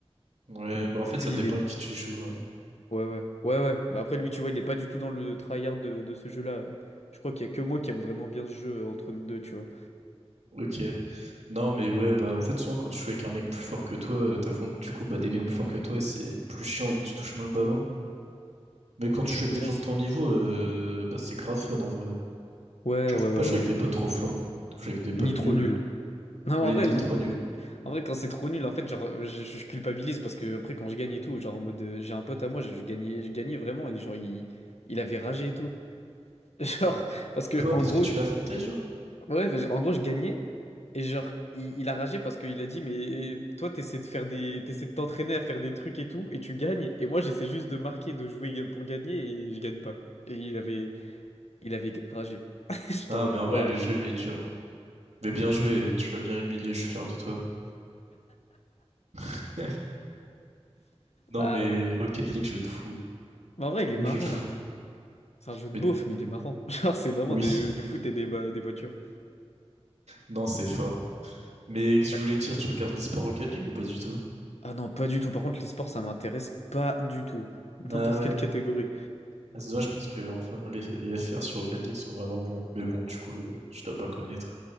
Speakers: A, on the right (about 85°); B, on the left (about 75°).
A: ouais.
B: Mais
A: Bah en
B: bah,
A: fait,
B: lui,
A: ça dépend
B: il est...
A: à qui tu joues. ouais.
B: Ouais, ouais. Ouais, ouais. Bah après, lui, tu vois, il est pas du tout dans le tryhard de, de ce jeu-là. Je crois qu'il y a que moi qui aime vraiment bien ce jeu euh, entre nous deux, tu vois.
A: Ok. Non, mais ouais, bah en fait, souvent quand tu joues avec un mec plus fort que toi, euh, t'affrontes du coup bah des mecs plus forts que toi, et c'est plus chiant vu que tu touches moins le ballon. Mais quand
B: Mais
A: tu
B: tu
A: joues
B: progresses.
A: avec des gens de ton niveau, euh, bah c'est grave fun en vrai.
B: Ouais,
A: Genre,
B: ouais,
A: faut
B: ouais,
A: pas
B: ouais.
A: jouer avec
B: ouais.
A: des potes trop forts. Faut jouer avec des potes
B: Ni trop
A: nuls.
B: nul. Non,
A: Oui,
B: en vrai,
A: ni
B: m-
A: trop nuls.
B: en vrai, quand c'est trop nul, en fait, genre, je, je culpabilise parce que après, quand je gagne et tout, genre, en mode, euh, j'ai un pote à moi, j'ai gagné, je gagnais vraiment et genre, il, il avait ragé et tout. <laughs> Genre, parce que,
A: Quoi,
B: en
A: parce
B: gros,
A: que tu l'as affronté, genre?
B: ouais, parce que, en gros, je gagnais et genre, il, il a ragé parce qu'il a dit, mais toi, t'essaies de faire des, t'essaies de t'entraîner à faire des trucs et tout et tu gagnes et moi, j'essaie juste de marquer, de jouer pour gagner et je gagne pas. Et il avait, il avait ragé. <laughs> J'étais
A: Ah,
B: en mode,
A: mais en
B: ouah,
A: vrai, le jeu, il est dur, hein. Mais bien joué, tu l'as bien humilié, je suis fier de toi. <laughs> Non,
B: ah
A: mais
B: ouais.
A: Rocket League, jeu de fou.
B: Mais en vrai, il est
A: Le
B: marrant.
A: Jeu de fou.
B: C'est un jeu de
A: Mais
B: beauf, mais il est marrant. <laughs> Genre, c'est vraiment
A: oui,
B: des- euh, du foot et des, bah, des voitures.
A: non, c'est fort. Mais je
B: Ouais.
A: voulais dire, tu regardes l'eSport Rocket League ou pas du tout?
B: Ah non, pas du tout. Par contre, l'e-sport, ça m'intéresse pas du tout. <laughs>
A: Ah
B: N'importe
A: ouais.
B: quelle catégorie.
A: Ah, c'est dommage parce que enfin, les, les FR sur Rocket League sont vraiment bons. Mais bon, du coup, euh, tu dois pas connaître.